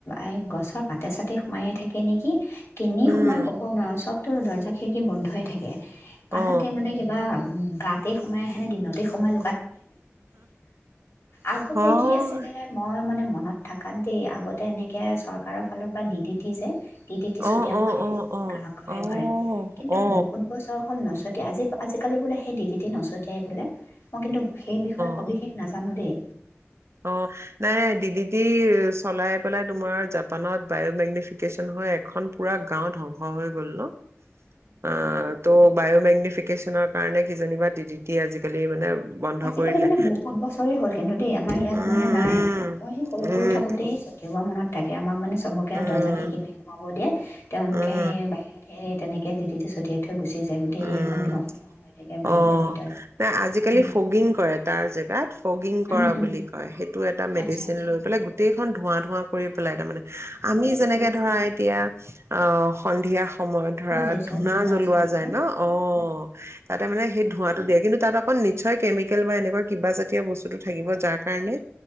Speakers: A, on the left (about 60°); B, on the right (about 65°).
A: এই গছৰ পাতে চাতে সোমায়য়ে থাকে নেকি কেনি
B: উম
A: সোমাই ক'ব নোৱাৰোঁ চব তো দৰ্জা খিৰিকি বন্ধইে থাকে তাহাতে
B: অ
A: মানে কিবা উ গাতেই সোমাই আহেনে দিনত স সময় আগতে
B: হয়
A: কি আছিল ম মানে মনত থকাত দেই আগতে এনেকে চৰকাৰৰ ফালৰ পৰা দি ডিটি যে তি টতিতি ছটিয়াব
B: অ অ
A: আহে
B: অ অ
A: গা ঘৰে
B: অ
A: ঘৰে কিন্তু
B: অ
A: বহুত বছৰ হ'ল নচ নচটীয়া আজি আজিকালি বোলে সেই ডি ডিটিচটিয়াই বোলে মই কিন্তু সেই বিষয়ে সবিশেষ
B: অ
A: নাজানো দেই
B: অ নাই নাই দিদিটি চলাই পেলাই তোমাৰ জাপানত বায়মেগনিফিকেশ্যন হৈ এখন পুৰা গাও ধ্বংস হৈ গল ন অ ত বায়'মেগ্নিফিক কাৰণে কিজিবা ডি ডিটি আজিকালি মানে বন্ধ
A: আজিকালি
B: কৰি দিলে।
A: মানে বহুত বছৰেই হ'ল কিন্তু দেই আমাৰ ইয়াত
B: উম,
A: মানে নাই মই সেই সৰু
B: উম,
A: সৰু থাকোঁতেই ছটিওোৱা মনত থাকে আমাক মানে চবকে
B: উম।
A: দৰ্জা শিকি মাৰি সোমাব দিয়ে তেওঁলোকে
B: উম,
A: সেই বাহিৰত সেই তেনেকৈ ড দি চ ছটিয় থটো থৈ গুচি যায় গোতেইখন
B: উম, উম।
A: ধো ধোৱা হৈ থাকে বাহিৰে
B: অ
A: ভিতৰে
B: নাই আজিকালি
A: উম
B: ফগিং কৰে তাৰ জেগাত ফগিং কৰা
A: উম উম
B: বুলি কয় সেইটো এটা মেডিচিন
A: আচ্ছা আচ্ছা
B: লৈ পেলাই গোটেইখন ধোঁৱা ধোঁৱা কৰি পেলাই তাৰমানে আমি যেনেকৈ ধৰা এতিয়া অ সন্ধিয়া সময়ত ধৰা
A: বুজিছোঁ
B: ধূনা জ্বলোৱা
A: চূনা দিওঁ
B: ন অ তাতে মানে সেই ধোঁৱাটো দিয়ে কিন্তু ত অক নিশ্চয় কেমিকেল বা এনেকুৱা কিবা জাতীয় বস্তুটো থাকিব যাৰ কাৰণে